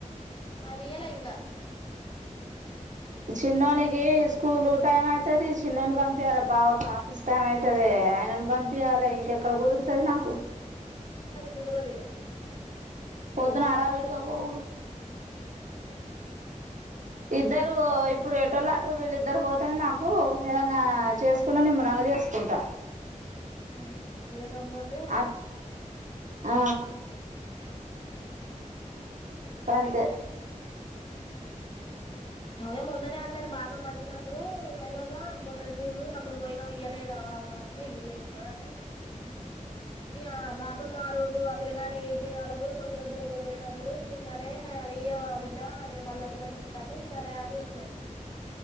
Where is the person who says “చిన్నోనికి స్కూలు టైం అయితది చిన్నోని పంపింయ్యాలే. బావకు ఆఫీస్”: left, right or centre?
Right